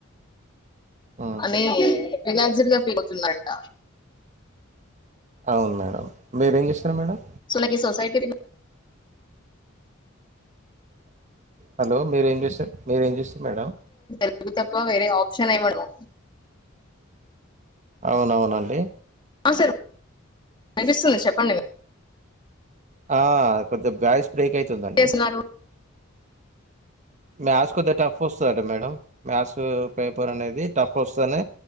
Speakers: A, on the right (about 35°); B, on the left (about 25°).
A: హ్మ్.
B: అనే రిలాక్స్యిడ్ గా ఫీల్ అవుతుందంట
A: అవును మీరెం చేస్తరు మేడం
B: సొనకి సోసైటీది
A: హలో మీరేం చేస్తార్ మీరేం చేస్తారు మేడం
B: అది తప్ప వేరె ఆప్షన్ ఏం ఉండవ్
A: అవునవునండి
B: అ సార్ వినిపిస్తుంది చెప్పండి ఏం
A: ఆ కొద్దిగా బ్యాస్ బ్రేక్ అయితుందండి
B: చేస్తున్నారు
A: మ్యాథ్స్ కొద్దిగా టఫ్ వస్థాదట మేడం మ్యాథ్స్ పేపర్ అనేది టఫ్ ప్పోస్తెనే